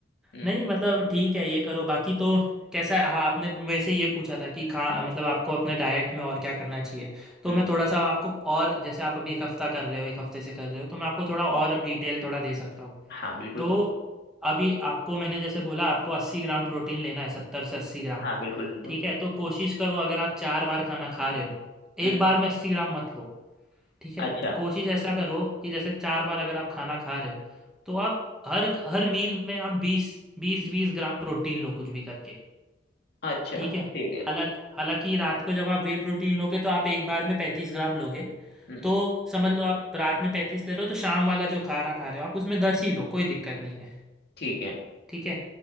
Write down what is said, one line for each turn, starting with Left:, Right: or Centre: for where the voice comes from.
Left: हम्म
Centre: नहीं मतलब ठीक है ये करो बाकी तो कैसा है हाँ आपने मेरे से ये पूछा था कि खा मतलब आपको अपने डाइट में और क्या करना चाहिए तो
Left: हम्म
Centre: मैं थोड़ा सा अब आपको और जैसे आप अभी एक हफ्ता कर रहे हो एक हफ्ते से कर रहे हो तो मैं आपको थोड़ा और अब डिटेल थोड़ा दे सकता हूँ
Left: हाँ बिल्कुल
Centre: तो
Left: दो
Centre: अभी आपको मैंने जैसे बोला आपको अस्सी ग्राम प्रोटीन लेना है सत्तर से अस्सी ग्राम
Left: हाँ बिल्कुल बिल्कुल
Centre: ठीक है तो कोशिश करो अगर आप चार बार खाना खा रहे हो
Left: हम्म।
Centre: एक बार में अस्सी ग्राम मत लो ठीक है
Left: अच्छा
Centre: कोशिश ऐसा करो कि जैसे चार बार अगर आप खाना खा रहे हो तो आप हर हर मील में आप बीस बीस बीस ग्राम प्रोटीन लो कुछ भी करके
Left: अच्छा
Centre: ठीक है
Left: ठीक है
Centre: हालांकि हालांकि रात को जब आप वे प्रोटीन लोगे तो आप एक बार में पैंतीस ग्राम लोगे
Left: हम्म
Centre: तो समझ लो आप रात में पैंतीस ले रहे हो तो शाम वाला जो खाना खा रहे हो आप उसमें दस ही लो कोई दिक्कत नहीं है
Left: ठीक है
Centre: ठीक है